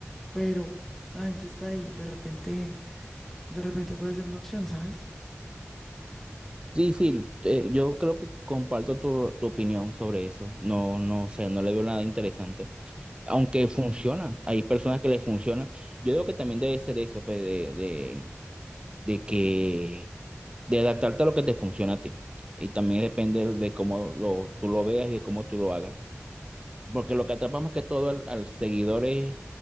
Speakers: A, in the centre; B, on the right.
A: pero la gente está ahí, de repente, de repente puede ser una opción, ¿sabes?
B: Sí, sí, eh, yo creo que comparto tu, tu opinión sobre eso. No, no sé, no le veo nada interesante. Aunque funciona, hay personas que les funciona. Yo digo que también debe ser eso, pues, de, de que, de adaptarte a lo que te funciona a ti. Y también depende de cómo lo, tú lo veas y de cómo tú lo hagas. Porque lo que atrapa más que todo al, al seguidor es,